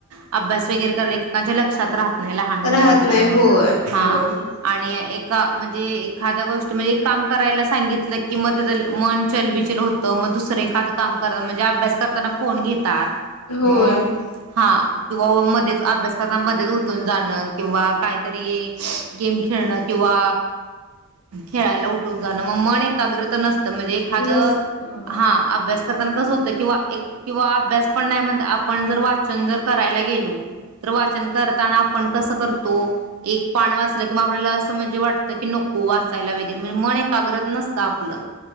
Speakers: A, on the right; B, on the left.
A: अभ्यास वगैरे कर. त्यां लक्षात राहत नाही लहान मुलांच्या
B: राहत नाही होय
A: हा.
B: होय
A: ए म्हणजे एखा गोष्ट म्हणजे काम करायला सांगितलं कि म मन चलबिचल होतं मग दुसरं एखादं काम करत म्हणजे अभ्यास करताना फोन घेतात. मग
B: होय
A: हा किंवा मध्येच अभ्यास करता मध्येच उ ून जाणं किंवा काहीतरी गेम खेळणं किंवा खेळायला उठून जाणं मग मन एकाग्रत नसतं म्हणजे एखादं.
B: नसते हो
A: हा अस्त करताना कस होत किंवा एक किंवा अभ्यास पण नाही म्हण आपण जर वाचन जर करायला गेलो. तर वाचन करताना आपण कस करतो एक पाण वाच कि आपल्याला म्हणजे वाटत की नको वाचायला वगैरे म्हणजे मन एकाग्रत नसतं आपलं.